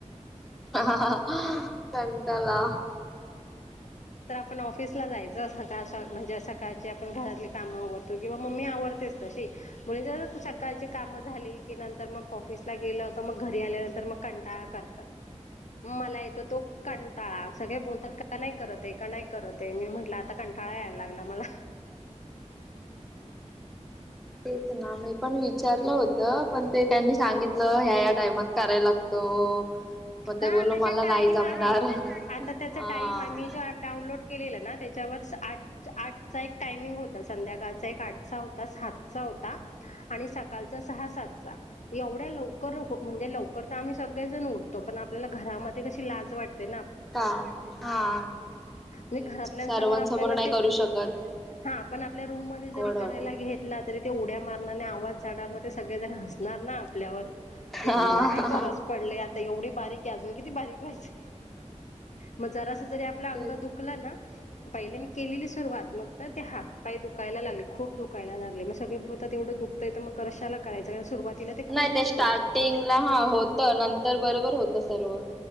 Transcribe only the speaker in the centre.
ह कटला
अच्छा
तेच ना मी पण विचारलं होत पण ते त्यांनी सांगितलं ह्या या्या टाइमात करायला लागतो मग ते
बोललो
मला
नाही जमणार
हा
काम हा तेच
सर्वांसमोर
नाही करू शकत.
ऑकवर्ड
वाटतं
हा
तेच
नाही
ते स्टार्टिंगला हा होत नंतर बरोबर होत सर्व